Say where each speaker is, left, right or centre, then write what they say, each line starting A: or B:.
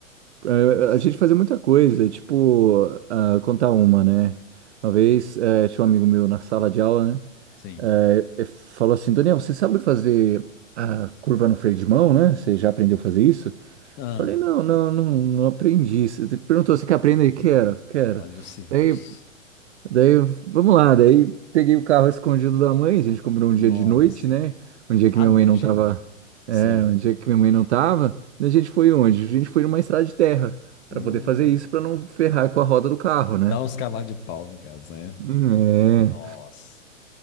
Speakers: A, on the right (about 60°); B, on the left (about 30°).
A: Eh,
B: Nossa.
A: A gente fazia muita coisa, tipo, ah, contar uma, né? Uma vez, eh, tinha um amigo meu na sala de aula, né?
B: Sim.
A: É, é, falou assim, Daniel, você sabe fazer a curva no freio de mão, né? Você já aprendeu a fazer isso?
B: Ah,
A: Falei, não, não, não, não aprendi. Você te- perguntou, você quer aprender? Quero, quero.
B: olha o serviço.
A: Daí, daí, vamos lá. Daí peguei o carro escondido da mãe, a gente comprou um
B: Nossa.
A: dia de noite, né? Um dia
B: À
A: que minha
B: noite
A: mãe não tava,
B: ainda.
A: é,
B: Sim.
A: um dia que minha mãe não tava. Daí a gente foi onde? A gente foi numa estrada de terra, pra
B: Hum.
A: poder fazer isso, pra não ferrar com a roda do carro, né?
B: Dá uns cavalos de pau, no caso, né?
A: Hum, É.
B: Nossa.